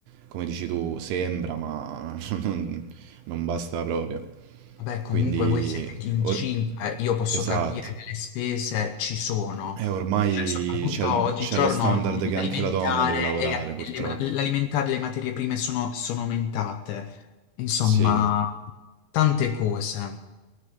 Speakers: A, on the right; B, on the left.
A: come dici tu, sembra, ma <laughs> non non basta proprio.
B: vabbè, comunque
A: Quindi
B: voi siete in
A: or
B: cinque, io posso
A: esatto.
B: capire che le spese ci sono,
A: Eh, ormai
B: cioè soprattutto
A: c'è l
B: oggigiorno
A: c'è lo standard
B: il-
A: che anche
B: l'alimentare
A: la donna deve lavorare
B: e
A: purtroppo.
B: le, ma- l'alimentare e le materie prime sono, sono aumentate, insomma,
A: Sì.
B: tante cose.